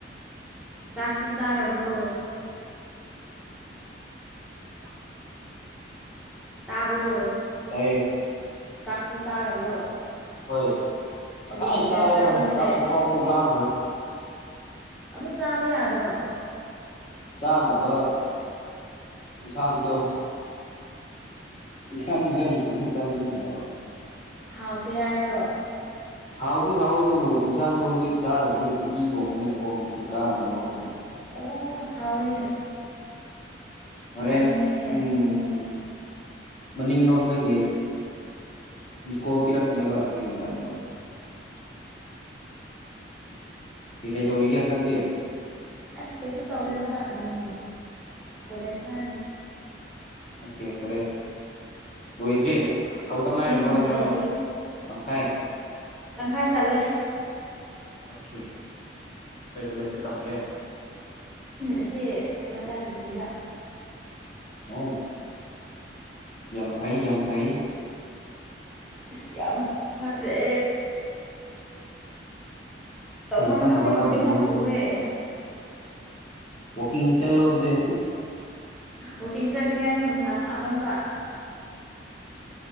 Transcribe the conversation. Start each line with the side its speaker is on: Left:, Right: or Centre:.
Centre: ꯆꯥꯛꯇꯤ ꯆꯥꯔꯕ꯭ꯔꯣ
Left: ꯎ
Centre: ꯇꯥꯕ꯭ꯔꯣ
Left: ꯇ
Centre: ꯆꯥꯛꯇꯤ ꯆꯥꯔꯕ꯭ꯔꯣ
Left: ꯍꯣꯏ ꯉꯁꯥꯏ
Centre: ꯀꯔꯤ
Left: ꯑꯩ
Centre: ꯃꯊꯦꯜ
Left: ꯆꯥꯔꯤꯦꯗ
Centre: ꯆꯥꯕꯤꯈ꯭ꯔꯦ
Left: ꯆꯥꯛꯄ ꯐꯥꯎ ꯑꯃꯨꯛ ꯂꯥꯑꯝꯈ꯭ꯔꯦ
Centre: ꯑꯃꯨꯛ ꯆꯥꯕ ꯌꯥꯗ꯭ꯔꯣ
Left: ꯆꯥꯅꯕ ꯏꯟꯁꯥꯡꯗꯣ ꯏꯟꯁꯥꯡ ꯃꯁꯥꯏꯒꯤ ꯈꯤ ꯆꯥꯅꯤꯡꯗꯣ
Centre: ꯍꯥꯎꯇꯦ ꯍꯥꯏꯕ꯭ꯔꯣ
Left: ꯍꯥꯎꯗꯤ ꯍꯥꯎꯋꯦ ꯑꯗꯨꯕꯨ ꯏꯟꯁꯥꯡꯗꯣ ꯍꯧꯖꯤꯛ ꯆꯥꯔꯗꯤ ꯎꯇꯤ ꯊꯣꯡꯕꯅꯤꯅꯀꯣ ꯅꯨꯡꯁꯤꯠ ꯀꯥꯑꯅꯦꯕ ꯍꯣꯔꯦꯟ
Centre: ꯑꯣ ꯍꯥꯎꯅꯦ
Left: ꯍꯣꯔꯦꯟ
Centre: ꯆꯥꯅꯤꯡꯉꯦꯍꯦ
Left: ꯎꯝ ꯃꯅꯤꯡꯂꯣꯝꯗꯒꯤ ꯃꯤꯁꯀꯣꯜ ꯄꯤꯔꯛꯀꯅꯦꯕ ꯇꯗꯣ ꯀꯩ ꯀꯩ ꯇꯧꯔꯤꯒꯦ ꯍꯟꯗꯛꯇꯤ
Centre: ꯑꯁ ꯀꯩꯁꯨ ꯇꯧꯔꯦꯗ ꯑꯗꯨꯝ ꯀꯣꯂꯦꯖ ꯀꯥꯔꯤ
Left: ꯑꯣꯀꯦ ꯀꯂꯁ ꯍꯣꯏꯗ꯭ꯔꯤ ꯍꯧ ꯇꯪ ꯉꯥꯏꯔꯤꯕꯣ
Centre: ꯎꯝ
Left: ꯅꯠꯇ꯭ꯔ
Centre: ꯂꯣꯏꯗ꯭ꯔꯤ
Left: ꯇꯪꯈꯥꯏ
Centre: ꯇꯪꯈꯥꯏ ꯆꯠꯂꯦ
Left: ꯑꯣꯀꯦ ꯀꯩ ꯀꯣꯂꯦꯖꯇ ꯇꯝꯒꯦ
Centre: ꯑꯁꯤ ꯀꯩꯅꯣꯗ ꯖꯤꯄꯤꯗ
Left: ꯎ ꯌꯥꯡ ꯐꯩ ꯌꯥꯝ ꯐꯩ
Centre: ꯑꯁ ꯌꯥꯝ ꯐꯗ꯭ꯔꯦ ꯇꯧꯐꯝ
Left: ꯌꯥꯝ ꯀꯟꯅ
Centre: ꯈꯪꯗꯦ
Left: ꯍꯣꯠꯅꯕꯤꯌꯨ
Centre: ꯕꯣꯔꯤꯡ ꯌꯥꯝ ꯆꯨꯑꯦ
Left: ꯋꯥꯀꯤꯡ ꯆꯠꯂꯣꯗꯗꯤ
Centre: ꯋꯥꯛꯀꯤꯡ ꯆꯠꯂꯤꯉꯥꯏꯁꯨ ꯅꯨꯡꯁꯥ ꯁꯥꯃꯟꯕ